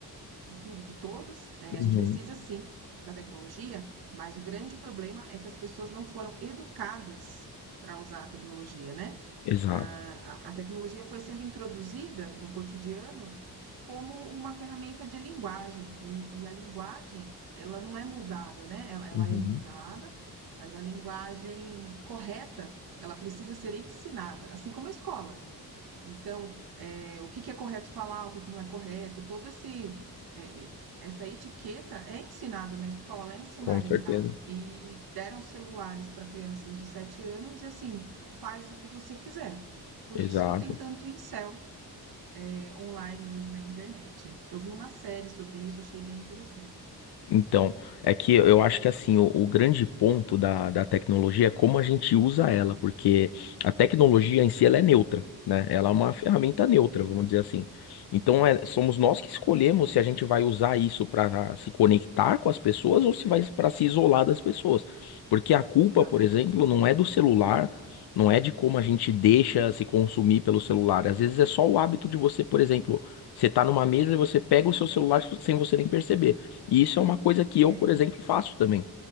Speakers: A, on the right (about 65°); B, on the left (about 70°).
A: de tudo, de todos. Eh, a
B: Uhum.
A: gente precisa sim da tecnologia, mas o grande problema é que as pessoas não foram educadas para usar a tecnologia, né?
B: Exato.
A: A, a, a tecnologia foi sendo introduzida no cotidiano como uma ferramenta de linguagem, e, e a linguagem, ela não é moldada, né? Ela, ela
B: Uhum.
A: é moldada, mas a linguagem correta, ela precisa ser ensinada, assim como a escola. Então, eh, o que que é correto falar, o que que não é correto, todo esse eh eh, essa etiqueta é ensinada na escola, é ensinada
B: Com certeza.
A: em casa. E deram celulares para crianças de 7 anos e, assim, faz o que você quiser. Por isso
B: Exato.
A: que tem tanto incel, eh, online hoje na internet. Eu vi uma série sobre isso, achei bem interessante.
B: Então, é que eu acho que assim, o, o grande ponto da, da tecnologia é como a gente usa ela, porque a tecnologia em si ela é neutra, né? Ela é uma ferramenta neutra, vamos dizer assim. Então, é- somos nós que escolhemos se a gente vai usar isso para se conectar com as pessoas ou se vai para se isolar das pessoas. Porque a culpa,
A: Exatamente.
B: por exemplo, não é do celular, não é de como a gente deixa se consumir pelo celular. Às vezes é só o hábito de você, por exemplo, você tá numa mesa e você pega o seu celular sem você nem perceber. E isso é uma coisa que
A: É,
B: eu, por exemplo, faço também.